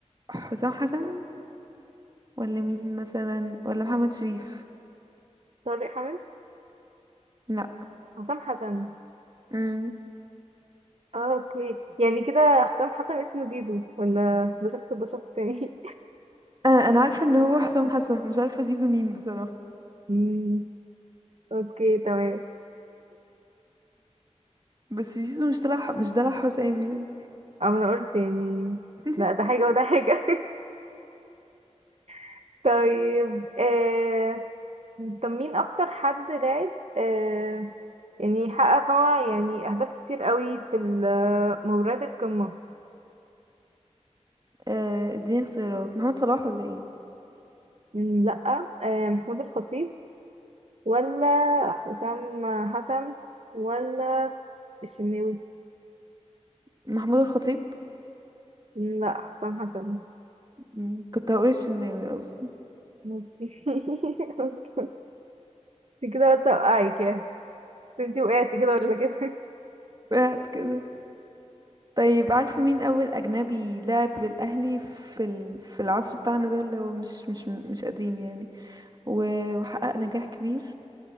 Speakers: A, on the right; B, on the right.
A: حسام حسن ولا مين مثلا ولا محمد شريف
B: <laughs> طارق حامد
A: لا
B: حسام حسن
A: أم،
B: اه اوكي يعني كده حسام حسن اسمه زيزو ولا ده شخص ده شخص تاني
A: آه، انا عارفه ان هو حسام حسن مش عارفه زيزو مين بصراحه
B: <laughs> مم، اوكي تمام
A: بس زيزو مش طلع مش دلع حسام يعني
B: أو انا قلت يعني
A: <laughs>
B: لا ده حاجة وده حاجة <laughs> طيب آه، طب مين اكتر حد لعب آه يعني حقق هو يعني اهداف كتير قوي في ال- مباريات القمة
A: آه، اديني اختيارات محمد صلاح ولا ايه
B: مم، لا آه محمود الخطيب ولا حسام حسن ولا الشناوي
A: محمود الخطيب
B: مم، لا حسام حسن
A: مم. كنت هقول الشناوي اصلا
B: ماشي. <laughs> انت كده قلت اوقعك يعني بس انت وقعتي كده ولا كده
A: <laughs> بعد كده طيب عارفة مين أول أجنبي لعب للأهلي في ال... في العصر بتاعنا ده اللي هو مش مش مش قديم يعني و- وحقق نجاح كبير